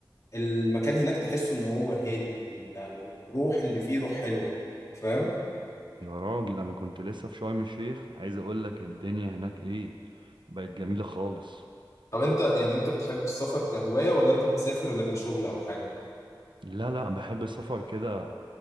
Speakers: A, on the left; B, on the right.
A: المكان هناك تحسه ان هو هادي وال- والروح اللي فيه روح حلوة فاهم؟
B: يا راجل انا كنت لسه في شرم الشيخ عايز اقول لك الدنيا هناك ايه بقت جميلة خالص
A: طب انت يعني انت بتحب السفر كهواية ولا انت بتسافر لاجل شغل او حاجة؟
B: لا لا بحب السفر كده